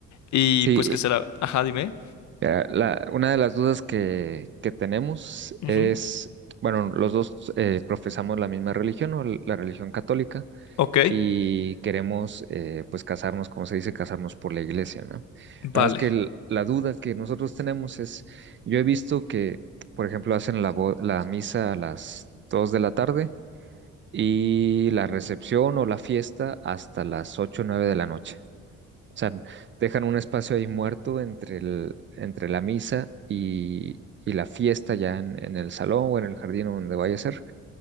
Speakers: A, on the left; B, on the right.
A: y
B: Sí,
A: pues que será... Ajá, dime.
B: eh, la- una de las dudas que, que tenemos
A: Ujú.
B: es, bueno, los dos eh, profesamos la misma religión, o la religión católica,
A: Ok,
B: y queremos eh, pues casarnos, como se dice, casarnos por la iglesia, ¿no?
A: vale.
B: Nada más que el- la duda que nosotros tenemos es, yo he visto que, por ejemplo, hacen la, bo- la misa a las 2 de la tarde y la recepción o la fiesta hasta las 8 o 9 de la noche. O sea, dejan un espacio ahí muerto entre el, entre la misa y, y la fiesta ya en, en el salón o en el jardín o donde vaya a ser.